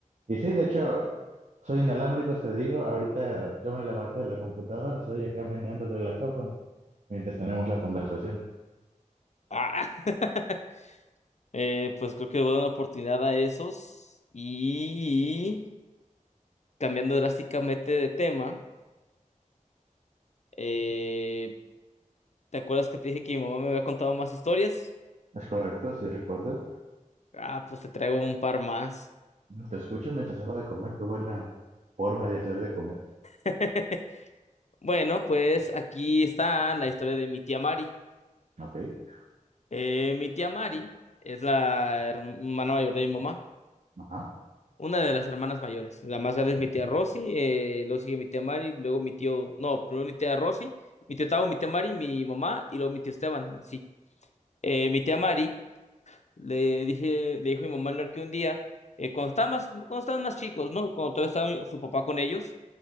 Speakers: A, on the right; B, on the left.
A: Y sí, de hecho, soy inalámbrico, te digo. Ahorita yo me levanté de la computadora, estoy acá meneándole la sopa mientras tenemos la conversación.
B: Ah. <laughs> Eh, pues creo que voy a dar una oportunidad a esos. Y cambiando drásticamente de tema, eh, ¿te acuerdas que te dije que mi mamá me había contado más historias?
A: Es correcto, sí recuerdo.
B: Ah, pues te traigo un par más.
A: Te escucho mientras hago de comer. Qué buena forma de hacer de comer.
B: <laughs> Bueno, pues aquí está la historia de mi tía Mari.
A: Ok.
B: Eh, mi tía Mari es la hermana mayor de mi mamá.
A: Ajá.
B: Una de las hermanas mayores. La más grande es mi tía Rosy, eh, luego sigue mi tía Mari, luego mi tío, no, primero mi tía Rosy, mi tío Tavo, mi tía Mari, mi mamá y luego mi tío Esteban, así. Eh, mi tía Mari, le dije, le dijo a mi mamá al que un día, eh, cuando estaban más, cuando estaban más chicos, ¿no? Cuando todavía estaba su papá con ellos,